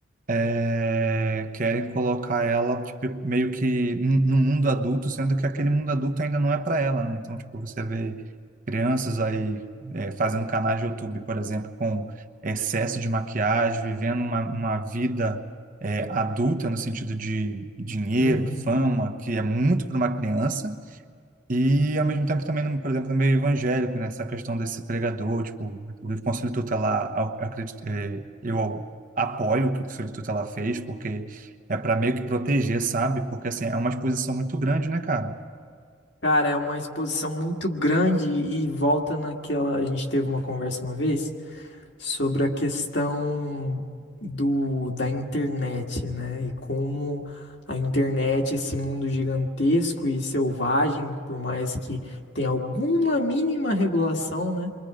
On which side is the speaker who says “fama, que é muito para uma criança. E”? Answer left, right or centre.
Right